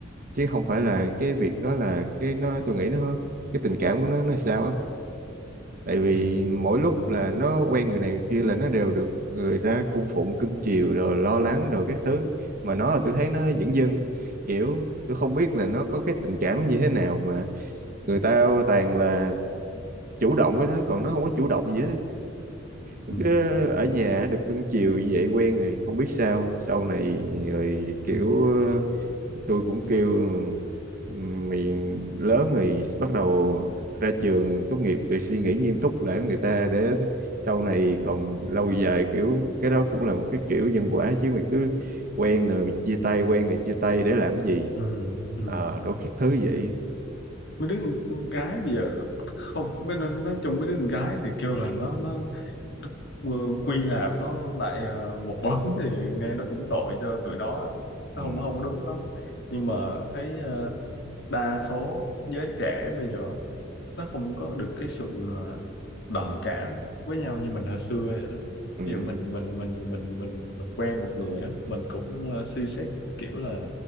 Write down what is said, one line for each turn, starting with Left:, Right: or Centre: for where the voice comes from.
Right: chứ không phải là cái việc đó là cái nó tôi nghĩ nó cái tình cảm của nó nó là sao á tại vì
Left: ừ,
Right: mỗi
Left: ừ,
Right: lúc
Left: ừ,
Right: là nó quen người này người kia là nó đều được người ta cung phụng cưng chiều rồi lo lắng rồi các thứ mà nó là tôi thấy nó dửng dưng kiểu tôi không biết là nó có cái tình cảm như thế nào mà người ta toàn là chủ động với nó còn nó không có chủ động gì hết á cứ
Left: ừ, ừ, ừ,
Right: ở nhà được cưng chiều như vậy quen rồi không biết sao sau này rồi kiểu
Left: ừ,
Right: ờ, tôi cũng kêu "Ừ, mình lớn rồi bắt đầu ra trường tốt nghiệp rồi suy nghĩ nghiêm túc lại với người ta để sau này còn lâu dài kiểu cái đó cũng là một cái kiểu nhân quả chứ mày cứ quen rồi mày chia tay quen rồi chia tay để làm cái gì
Left: ừ. ừ.
Right: ờ đôi các thứ vậy
Left: mấy đứa con gái bây giờ không mấy đứa, nói chung mấy đứa con gái thì kêu là nó nó Đức Qu- quy nạp nó lại ờ, một bóng <laughs> thì nghe nó cũng tội cho tụi nó nó
Right: ừ,
Left: không không có đúng lắm nhưng mà thấy ờ, đa số giới trẻ bây giờ nó không có được cái sự ờ, đồng cảm với nhau như mình hồi xưa vậy đó
Right: ừ,
Left: ví dụ mình mình mình mình mình mình quen một người á mình cũng ờ, suy xét kiểu là